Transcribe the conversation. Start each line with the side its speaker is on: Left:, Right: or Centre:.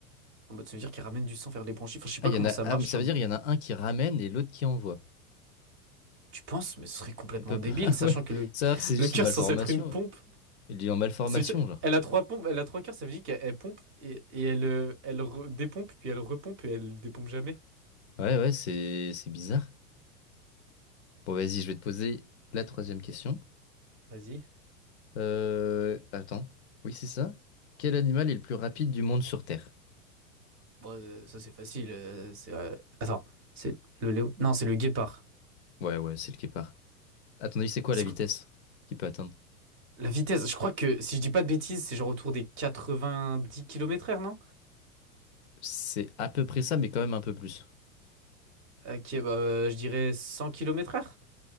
Right: En mode, ça veut dire qu'elle ramène du sang vers les branchies. Enfin, je sais pas
Left: Ah, il
Right: comment
Left: y en a.
Right: ça
Left: Ah,
Right: marche.
Left: mais ça
Right: hein.
Left: veut dire il y en a un qui ramène et l'autre qui envoie.
Right: Tu penses, mais ce serait complètement
Left: Il peut
Right: débile,
Left: pas. <laughs> Ah
Right: sachant
Left: ouais,
Right: que le,
Left: ça a l'air que c'est juste
Right: le cœur
Left: une malformation.
Right: est censé être une pompe.
Left: Il est en malformation,
Right: Ça veut dire
Left: genre.
Right: elle a trois pompes, elle a trois cœurs, ça veut dire qu'elle elle pompe et, et elle, euh, elle re- dépompe, puis elle repompe et elle dépompe jamais.
Left: Ouais, ouais, c'est c'est bizarre. Bon, vas-y, je vais te poser la troisième question.
Right: Vas-y.
Left: Euh, attends. Oui, c'est ça. Quel animal est le plus rapide du monde sur Terre?
Right: Bon, euh, ça c'est facile. euh, c'est euh, Attends, c'est le léo. Non, c'est le guépard.
Left: Ouais, ouais, c'est le guépard. Attendez, c'est quoi
Right: C'est
Left: la vitesse
Right: quoi?
Left: qu'il peut atteindre?
Right: La vitesse, je crois que si je dis pas de bêtises, c'est genre autour des 90 km/h, non?
Left: C'est à peu près ça, mais quand même un peu plus.
Right: Euh, qui est, bah, euh, je dirais cent kilomètres heure.